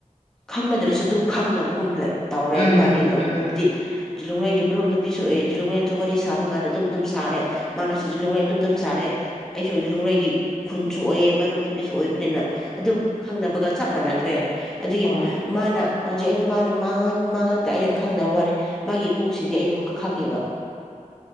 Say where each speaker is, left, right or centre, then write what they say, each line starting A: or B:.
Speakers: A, in the centre; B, on the left (about 45°).
A: ꯈꯪꯅꯗ꯭ꯔꯁꯨ ꯑꯗꯨꯝ ꯈꯪꯅꯕꯒꯨꯝ ꯂꯩ ꯇꯧꯔꯦ
B: ꯎꯝ
A: ꯏꯕꯥꯅꯤꯗꯣ
B: ꯎꯝ
A: ꯍꯥꯏꯕꯗꯤ ꯂꯣꯡꯂꯩꯒꯤ ꯃꯔꯨꯞ ꯅꯨꯄꯤꯁꯨ ꯑꯣꯏꯑꯦ ꯂꯣꯡꯂꯩꯦꯟꯗꯁꯨ ꯋꯥꯔꯤ ꯁꯥꯕ ꯀꯥꯟꯗ ꯑꯗꯨꯝ ꯑꯗꯨꯝ ꯁꯥꯔꯦ ꯃꯥꯅꯁꯨ ꯂꯣꯡꯂꯩ ꯑꯗꯨꯝ ꯑꯗꯨꯝ ꯁꯥꯔꯦ ꯑꯩꯁꯨ ꯂꯡꯂꯩ ꯑꯩꯒꯤ ꯈꯨꯟꯁꯨ ꯑꯣꯏꯑ ꯃꯔꯣ ꯅꯨꯄꯤꯁꯨ ꯑꯣꯏꯕꯅꯤꯅ ꯑꯗꯨꯝ ꯈꯪꯅꯕꯒ ꯆꯞ ꯃꯥꯟꯅꯈ꯭ꯔꯦ ꯑꯗꯨꯒꯤ
B: ꯍꯣꯏ
A: ꯃꯥꯅ ꯍꯧꯖꯤꯛ ꯑꯩꯅ ꯃꯥꯅ ꯃꯥꯡꯉꯛꯇ ꯑꯩꯅ ꯈꯪꯗꯕ ꯋꯥꯅꯤꯦ ꯃꯥꯒꯤ ꯏꯃꯨꯡꯁꯤꯡꯗꯤ ꯑꯩꯅ ꯑꯃꯨꯛꯀ ꯈꯪꯉꯦꯕ